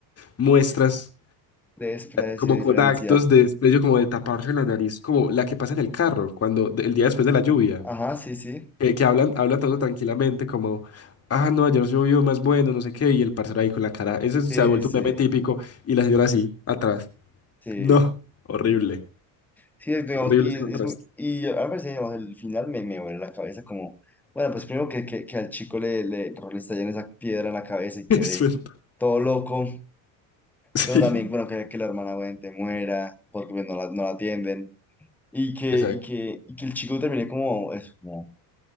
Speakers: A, on the left; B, in the centre.
A: muestras.
B: desprecio,
A: como
B: diferencia.
A: con actos de desprecio, como de taparse la nariz, como la que pasa en el carro, cuando de- el día después de la lluvia,
B: Ajá, sí, sí,
A: que, que hablan, habla todo tranquilamente, como, ah, no, ayer llovió más bueno, no sé qué, y el parcero ahí con la cara, ese
B: sí,
A: se ha vuelto
B: sí,
A: un meme típico, y la señora así, atrás.
B: sí.
A: No, horrible,
B: Sí, es- digamos,
A: horrible
B: y,
A: ese
B: es
A: contraste.
B: muy, y a veces, digamos, el final me, me huele la cabeza como, bueno, pues primero que, que, que al chico le, le, le estallen esa piedra en la cabeza y quede
A: <laughs> Es verdad.
B: todo loco,
A: Sí,
B: pero también, bueno, que, que la hermana obviamente muera porque pues, no la, no la atienden y que,
A: exacto.
B: y que, y que el chico termine como, eso, como